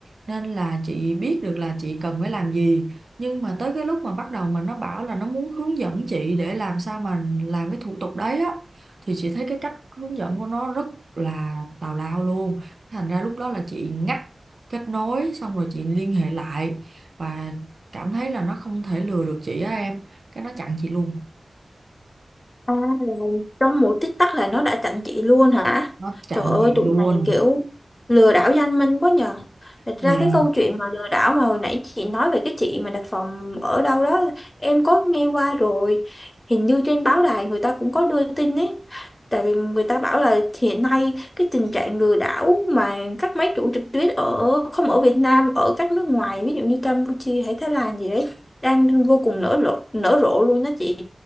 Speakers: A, on the right (about 65°); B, on the left (about 30°).
A: nên là chị biết được là chị cần phải làm gì nhưng mà tới cái lúc mà bắt đầu mà nó bảo là nó muốn hướng dẫn chị để làm sao mà làm cái thủ tục đấy á thì chị thấy cái cách hướng dẫn của nó rất là tào lao luôn thành ra lúc đó là chị ngắt kết nối xong rồi chị liên hệ lại và cảm thấy là nó không thể lừa được chị á em cái nó chặn chị luôn
B: À, là trong mỗi tích tắc là nó đã chặn chị luôn hả?
A: nó chặn
B: Trời ơi,
A: chị
B: tụi
A: luôn
B: này kiểu lừa đảo danh minh quá nhờ. Thật
A: mà
B: ra cái câu chuyện mà lừa đảo mà hồi nãy chị nói về cái chị mà đặt phòng ở đâu đó, em có nghe qua rồi. Hình như trên báo đài người ta cũng có đưa tin ấy. Tại vì người ta bảo là hiện nay cái tình trạng lừa đảo mà các máy chủ trực tuyến ở không ở Việt Nam, ở các nước ngoài, ví dụ như Campuchia hay Thái Lan gì đấy, đang vô cùng nở rộ, nở rộ luôn đó chị